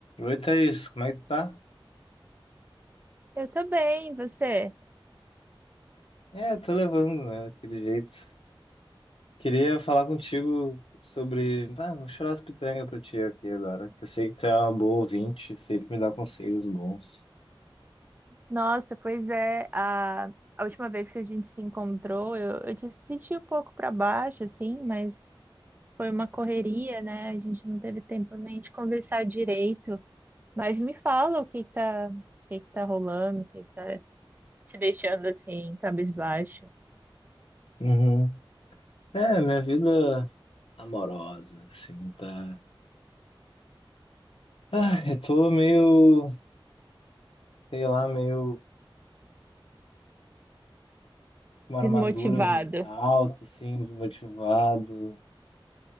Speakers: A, on the left (about 85°); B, on the right (about 20°).
A: Oi, Thaís, como é que tu tá?
B: Eu também, você?
A: É, eu tô levando, né, daquele jeito. Queria falar contigo sobre... Ah, vou chorar as pitangas pra ti aqui agora, que eu sei que tu é uma boa ouvinte, sempre me dá conselhos bons.
B: Nossa, pois é, a, a última vez que a gente se encontrou, eu, eu te senti um pouco para baixo, assim, mas foi uma correria, né? A gente não teve tempo nem de conversar direito. Mas me fala o que que tá, o que que tá rolando, o que que tá te deixando assim, cabisbaixo,
A: Uhum. É, minha vida amorosa, assim, tá... Ah, eu tô meio, sei lá, meio com uma armadura
B: desmotivado.
A: alta, assim, desmotivado,